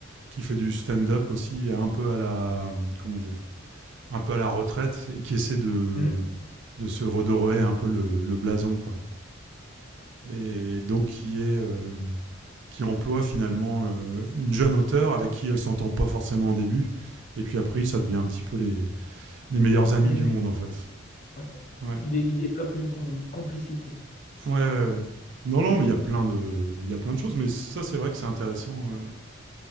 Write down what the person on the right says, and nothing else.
qui fait du stand-up aussi, un peu à la. Comment dire Un peu à la retraite et qui essaie de,
de se redorer un peu le, le blason, quoi. Et donc, qui est. euh, qui emploie finalement euh, une jeune auteure avec qui elle s'entend pas forcément au début. Et puis après, ça devient un petit peu les, les meilleurs amis
du
monde, en fait.
Ouais.
Ouais, ouais, ouais. Non, non, mais il y a plein de, il y a plein de choses, mais ça, c'est vrai que c'est intéressant. euh,